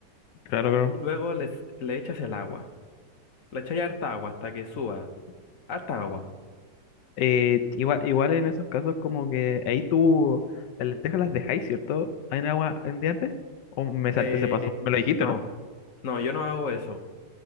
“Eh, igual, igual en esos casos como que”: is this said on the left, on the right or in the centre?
Left